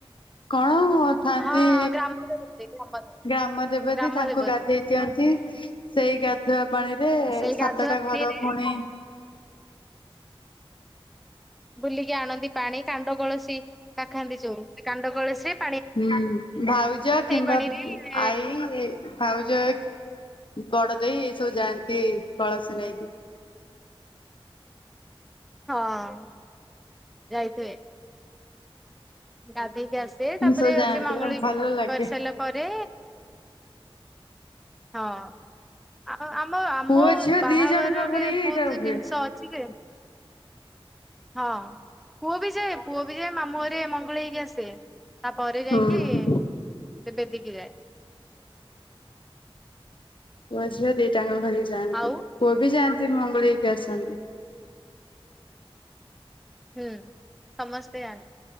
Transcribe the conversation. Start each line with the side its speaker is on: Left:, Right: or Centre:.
Left: କଣ ହଁଁ ଥାନ୍ତି।
Centre: ହଁ ହଁ ଗ୍ରାମ ଦେବତୀ ଗ୍ରାମ
Left: ଗ୍ରାମ ଦେବତୀ
Centre: ଗ୍ରାମ
Left: ତାଙ୍କୁ
Centre: ଦେବତୀ।
Left: ଗାଧେଇ ଦିଅନ୍ତି ସେଇ ଗାଧୁଆ ପାଣିରେ
Centre: ସେଇ
Left: ସାତଟା
Centre: ଗାଧୁଆ ପାଣିରେ
Left: ଘର ପୁଣି
Centre: ବୁଲିକି ଆଣନ୍ତି ପାଣି କାଣ୍ଡ କଳସୀ କାଖାନ୍ତି ଯୋଉ କାଣ୍ଡ କଳସୀ ।
Left: ହୁଁ ଭାଉଜା କିମ୍ବା
Centre: ପାଣିରେ
Left: ଆଈ ଭାଉଜା ବଡ ଦେଇ ଏ ସବୁ ଯାଆନ୍ତି କଳସୀ ନେଇକି ।
Centre: ହଁ ଯାଇଥେ ଗାଧେଇ। ଆସେ
Left: ଏମିତି
Centre: ତାପରେ
Left: ସବୁ
Centre: ହୋଉଛି
Left: ଯାଆନ୍ତି
Centre: ମାଙ୍ଗୁଳି
Left: ଆଉ ଭଲ ଲାଗେ
Centre: କରିସାଇଲା ପରେ ହଁ। ହଁ ଆମ ଆମ
Left: ପୁଅ ଝିଅ
Centre: ବାହାଘରରେ
Left: ଦି ଜଣଙ୍କ ଘରେ ହିଁ ଏଇଟା
Centre: ବହୁତ
Left: ହୁଏ।
Centre: ଜିନିଷ ଅଛି ଜେ? ହଁ ପୁଅ ବି ଯାଏ ପୁଅ ବି ଯାଏ ମାମୁଁ ଙ୍ଘରେ ମଙ୍ଗୁଳି ହେଇକି ଆସେ । ତାପରେ ଯାଇକି
Left: ହୁଁ।
Centre: ସେ ବେଦକି ଯାଏ ।
Left: ପୁଅ ଝିଆ ଦେଇ ଟାଙ୍କ ଘରେ ଯାଆନ୍ତି
Centre: ଆଉ
Left: ପୁଅ ବି ଯାଆନ୍ତି । ମଙ୍ଗୁଳି ହେଇକି ଆସନ୍ତି ।
Centre: ହୁଁ ସମସ୍ତେ ଆ